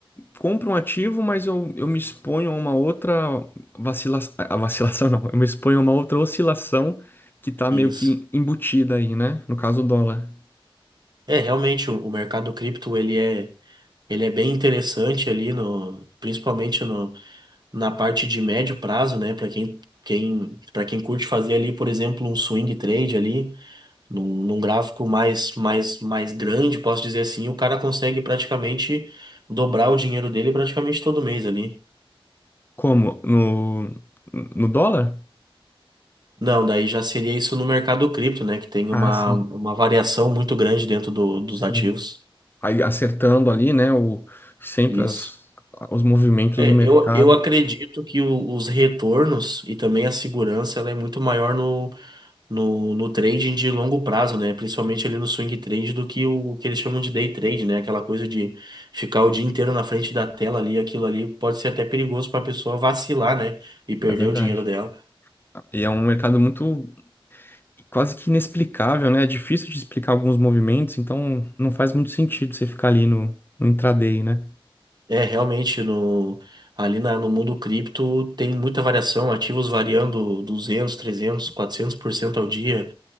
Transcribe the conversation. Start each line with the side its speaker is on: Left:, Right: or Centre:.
Left: compro um ativo, mas eu, eu me exponho a uma outra vacilação. A vacilação <laughs> não, eu me exponho a uma outra oscilação que está
Right: Isso.
Left: meio que embutida aí, né? No caso, do dólar.
Right: É, realmente, o, o mercado cripto, ele é, ele é bem interessante ali, no, principalmente na parte de médio prazo, né? Para quem, quem, para quem curte fazer ali, por exemplo, um swing trade ali, num, num gráfico mais, mais, mais grande, posso dizer assim, o cara consegue praticamente dobrar o dinheiro dele praticamente todo mês ali.
Left: Como? No, no dólar?
Right: Não, daí já seria isso no mercado cripto, né? Que tem
Left: Ah,
Right: uma,
Left: sim,
Right: uma variação muito grande dentro do, dos
Left: sim.
Right: ativos.
Left: Aí acertando ali, né? O, sempre
Right: Isso.
Left: as, os movimentos
Right: É,
Left: do mercado.
Right: eu, eu acredito que o- os retornos e também a segurança ela é muito maior no, no trading de longo prazo, né? Principalmente ali no swing trade do que o o que eles chamam de day trade, né? Aquela coisa de ficar o dia inteiro na frente da tela ali, aquilo ali pode ser até perigoso para a pessoa vacilar, né? E perder
Left: É verdade.
Right: o dinheiro dela.
Left: E é um mercado muito quase que inexplicável, né? É difícil de explicar alguns movimentos, então não faz muito sentido você ficar ali no, no intraday, né?
Right: É, realmente, no, ali na, no mundo cripto tem muita variação, ativos variando duzentos trezentos quatrocentos por cento ao dia,